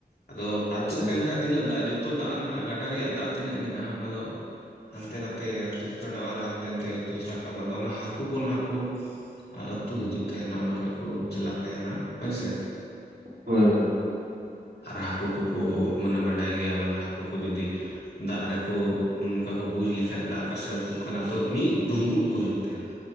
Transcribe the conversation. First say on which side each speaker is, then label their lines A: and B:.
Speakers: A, on the left; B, on the right.
A: ᱟᱫᱚ ᱟᱹᱛᱩᱜ
B: ᱟᱪᱪᱷᱟ
A: ᱛᱮᱦᱮᱱ ᱠᱷᱟᱡ ᱛᱤᱱᱟᱹᱜ ᱫᱟᱜ ᱡᱚᱛᱚ ᱫᱟᱜ ᱱᱟᱦᱟᱜ ᱜᱟᱰᱟ ᱨᱮᱭᱟᱜ ᱫᱟᱜ ᱛᱤᱱᱟᱹᱜ ᱢᱮᱱᱟᱜ-ᱟ ᱚᱱᱟ ᱫᱚ ᱦᱟᱱᱛᱮ ᱱᱟᱛᱮ ᱟᱛᱩᱜ ᱯᱷᱮᱰᱚᱜ-ᱟ ᱟᱨ ᱦᱟᱱᱛᱮ ᱱᱟᱛᱮ ᱟᱛᱩ ᱪᱷᱨᱠᱟ ᱫᱚ ᱟᱫᱚ ᱚᱱᱟ ᱦᱟᱹᱠᱩ ᱠᱚ ᱱᱟᱦᱟᱜ ᱠᱩ ᱟᱹᱛᱩ ᱦᱤᱡᱩᱜ ᱛᱮᱦᱮᱱᱟ ᱚᱱᱟ ᱠᱷᱚᱡ ᱠᱩ ᱪᱟᱞᱟᱜ ᱛᱮᱦᱮᱱᱟ ᱦᱳᱭᱥᱮ᱾
B: ᱦᱳᱭ ᱦᱳᱭ
A: ᱟᱨ ᱦᱟᱹᱠᱩ ᱠᱩᱠᱩ ᱢᱟᱱᱮ ᱵᱟᱰᱟᱭ ᱜᱮᱭᱟᱵᱮᱱ ᱦᱟᱹᱠᱩ ᱠᱚ ᱡᱩᱫᱤ ᱫᱟᱜ ᱨᱮᱠᱚ ᱚᱱᱠᱟ ᱠᱚ ᱵᱩᱡ ᱞᱮᱠᱷᱟᱡ ᱫᱟᱜ ᱚᱠᱟᱥᱮᱫ ᱟᱹᱛᱩᱜ ᱠᱟᱱᱟ ᱛᱚ ᱢᱤᱫ ᱫᱩᱢᱵᱩᱜ ᱠᱚ ᱦᱩᱭᱩᱜ ᱛᱮᱦᱮᱱᱟ